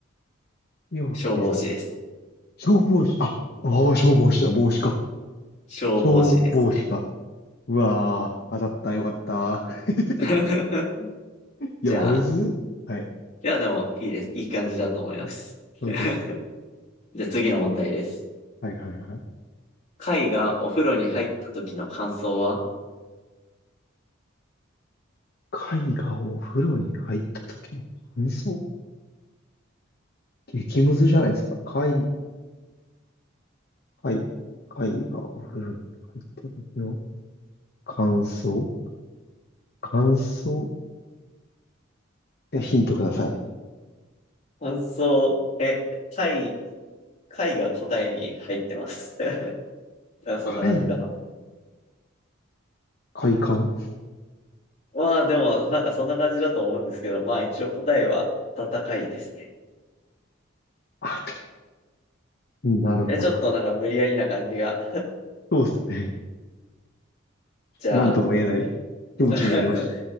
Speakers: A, on the left; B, on the left.
A: 火を消す。
B: 消防士です。
A: 消防士。あ、ああ、消防士だ。帽子か。
B: 消防士ですね。
A: 消防士か。うわー、当たった、よかった。<laughs>
B: <laughs>
A: いや、
B: じゃあ、
A: むずっ。はい。
B: いや、でも、いいです。いい感じだと思います。<laughs>
A: 本当ですか。
B: じゃあ次の問題です。
A: はいはいはい。
B: 貝がお風呂に入った時の感想は
A: 貝がお風呂に入った時の感想激ムズじゃないですか。貝、貝、貝がお風呂に入った時の感想感想え、ヒントください。
B: 感想、え、貝、貝が答えに入ってます。<laughs> なんかそんな感じかな。
A: 貝、快感
B: まあでも、なんかそんな感じだと思うんですけど、まあ一応答えは戦いですね。
A: あた、なるほど。
B: え、ちょっとなんか無理やりな感じが。
A: そうですね。
B: じゃあ、
A: なんとも言えない気持ちになりました。
B: <laughs>